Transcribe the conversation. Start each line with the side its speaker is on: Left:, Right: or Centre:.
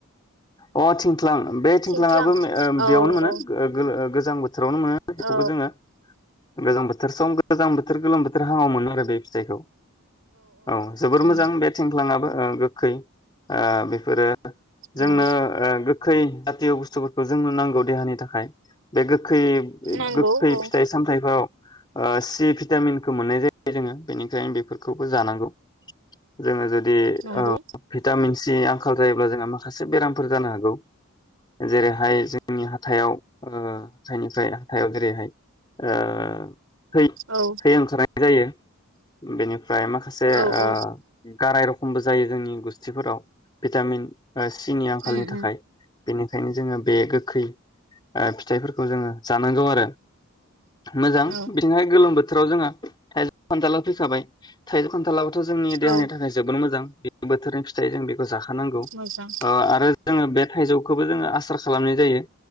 Left: अ थिं थ्लां बे थिंख्लाङाबो
Right: थिंख्लां औ
Left: बेयावनो मोनो।
Right: औ
Left: जांबो बोथोरावनो मोनो बेखौबो
Right: औ
Left: जोङो गोजां बो बोथोर सम गोजां बोथोर गोलोम बोथोर हाङाव मोनमोन आरो बे फिथाइखौ औ जोबोर
Right: उम
Left: मोजां बे थेंख्लाङाबो ओ गोखै ओ बेफोरो। जोंनो
Right: औ
Left: ओ गो खै जाथि बुस्थफोरखौ जोंनो नांगौ देहानि थाखाय बे गो खै
Right: नांगौ
Left: गोखै
Right: औ
Left: फिथाइ सामथायाइफोराव ओ सि भिटामिनखौ मोननाय जायो जोङो बेनिखायनो बेफोरखौबो जानांगौ जोङो जुदि दि
Right: नंगौ
Left: ओव फिद। भिटामिनसि आंखाल जायोब्ला जोंहा मा। माखासे बेरामफोर जानो हागौ जेरैहाय जोंनि हाथाइाव हाथाइनिफ्राय हाथाइाव जेरैहाय ओ। थै
Right: औ
Left: थै ओंखारनाय। जायो बेनिफ्राय। फ्राय माखासे
Right: औ
Left: ओ।
Right: औ
Left: गाराय रखमबो जायो जोंनि गुस्थिफोराव भिटामिन। सिनि आंखालनि
Right: उम
Left: थाखाय।
Right: उम
Left: बेनिखायनो जोङो बे गोखै ओ फिथाइफोरखौ जोङो जानांगौ आरो मोजां
Right: औ
Left: बिथिंहाय गोलोम बोथोराव जोङो थाइजौ खान्थाालाव फैखाबाय थाइजौ खान्थाला। थ' जोंनि देहानि
Right: औ
Left: थाखाय जोबोर मोजां। बे बोथोरनि फिथाइ जों बेखौ जाखानांगौ।
Right: मोजां।
Left: ओ आरो जोङो बे थाइजौखौबो जोङो आस। सार खालामनाय जायो।